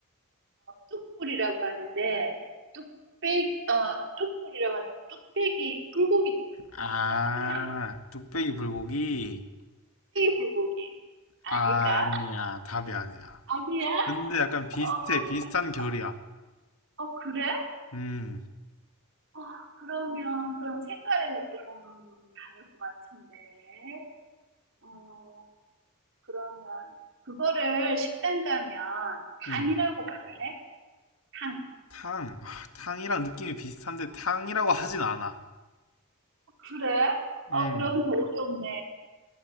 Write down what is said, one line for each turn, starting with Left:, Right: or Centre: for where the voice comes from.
Right: 뚝불이라고 하는데, 뚝배기, 어, 뚝불이라고 하는, 뚝배기, 불고기,
Left: 아,
Right: 뚝배기
Left: 뚝배기 불고기?
Right: 불고기. 아닐까?
Left: 아니야, 답이 아니야.
Right: 아니야?
Left: 근데 약간 비슷해,
Right: 어,
Left: 비슷한 결이야.
Right: 어, 그래?
Left: 음,
Right: 어, 그러면, 그럼 색깔이 조금 다를 것 같은데, 어, 그러면 그거를 식당 가면
Left: 음.
Right: 탕이라고 말해? 탕.
Left: 탕. 아, 탕이랑 느낌이 비슷한데 탕이라고 하진 않아.
Right: 그래? 어,
Left: 음.
Right: 그럼 더 어렵네.